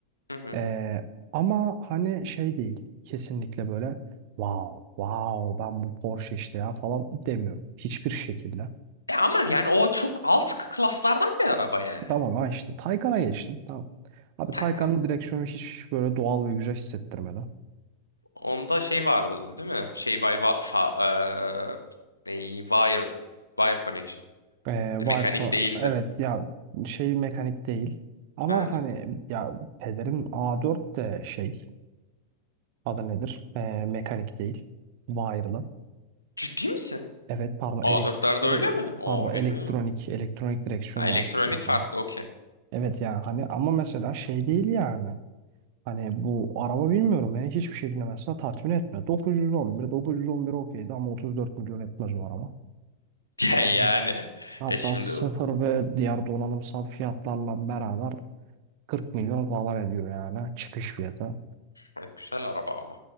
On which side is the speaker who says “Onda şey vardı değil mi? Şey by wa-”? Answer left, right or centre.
Left